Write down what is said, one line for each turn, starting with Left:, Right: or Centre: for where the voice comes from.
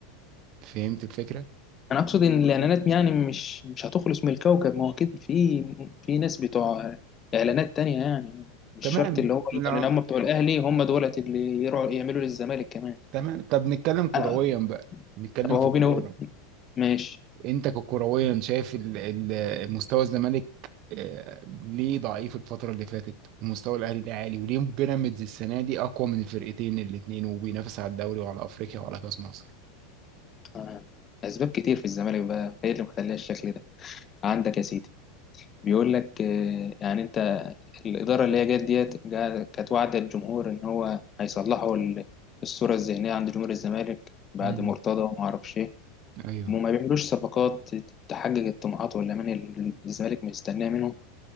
Right: فهمت الفكره
Left: أنا أقصد إن الإعلانات يعني مش مش هتخلص من الكوكب ما هو أكيد في في ناس بتوع إعلانات تانية يعني مش
Right: تمام
Left: شرط اللي هو
Right: طلع-
Left: اللي كانوا هم بتوع الأهلي هم دولت اللي يروحوا يعملوا للزمالك كمان
Right: تمام طب نتكلم كرويا
Left: أنا-
Right: بقى نتكلم
Left: طب هو
Right: في الكوره
Left: بينه ماشي
Right: انت ككرويا شايف ال... ال... مستوى الزمالك آه، ليه ضعيف الفترة اللي فاتت ومستوى الأهلي ليه عالي وليه بيراميدز السنة دي أقوى من الفرقتين الاتنين وبينافس على الدوري وعلى أفريقيا وعلى كأس مصر
Left: آه. أسباب كتير في الزمالك بقى هي اللي مخليها الشكل ده عندك يا سيدي بيقول لك آه، يعني أنت الإدارة اللي هي جت ديت جا- كانت واعدة الجمهور إن هو هيصلحوا ال- الصورة الذهنية عند جمهور الزمالك بعد
Right: امم
Left: مرتضى وما أعرفش إيه
Right: ايوه
Left: وما بيعملوش صفقات تحقق الطموحات والأمان اللي الزمالك مستناه منهم